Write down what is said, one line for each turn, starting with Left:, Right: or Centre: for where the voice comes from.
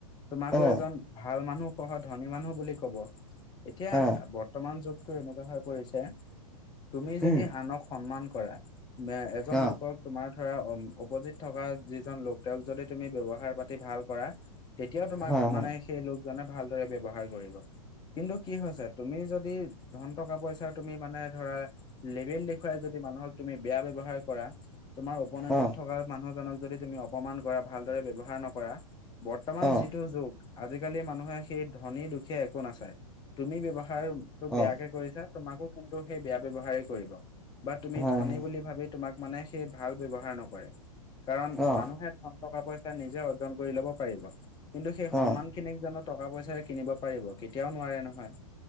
Left: তোমাকো
Centre: অ
Left: এজন ভাল মানুহ, সহ ধনী মানুহ বুলি কব এতিয়া।
Centre: অ
Left: বৰ্তমান যুগটো এনেকুৱা হৈ পৰিছে, তুমি
Centre: উম
Left: যদি আনক সন্মান কৰা,,,, এজন
Centre: অ
Left: লোকক তোমাৰ ধৰা, অপজিত থকা যিজন লোক, তেওঁক যদি তুমি ব্যৱহাৰ পাতি ভাল কৰা। এতিয়াও তোমাক,
Centre: হয় হয়
Left: মানে, সেই লোকজনে ভালদৰে ব্যৱহাৰ কৰিব কিন্তু কি হৈছে? তুমি যদি, ধন টকা পইচা তুমি মানে, ধৰা লেবেল দেখুৱাই যদি মানুহক। তুমি বেয়া ব্যৱহাৰ কৰা, তোমাৰ অপোনেণ্টত
Centre: অ
Left: থকা মানুহজনক যদি তুমি অপ,, অপমান কৰা, ভালদৰে ব্যৱহাৰ নকৰা, বৰ্তমান
Centre: অ অ
Left: যিটো যুগ আজিকালি মানুহে সেই ধনী দুখীয়া একো নাচায়, তুমি ব্যৱহাৰটো
Centre: অ
Left: বেয়াকে কৰিছা। তোমাকো কিন্তু সেই বেয়া ব্যয়ৱহাৰেই কৰিব। বা তুমি
Centre: হয়
Left: ধনী
Centre: হয়
Left: বুলি ভাবি তোমাক, মানে, সেই ভাল ব্যৱহাৰ নকৰে। কাৰণ
Centre: অ
Left: মানুহে ধন টকা পইচা নিজে অৰ্জন কৰি ল'ব পাৰিব। কিন্তু সেই সন্মান
Centre: অ
Left: খিনিক জানো টকা পইচাৰে কিনিব পাৰিব, কেতিয়াও নোৱাৰে নহয়।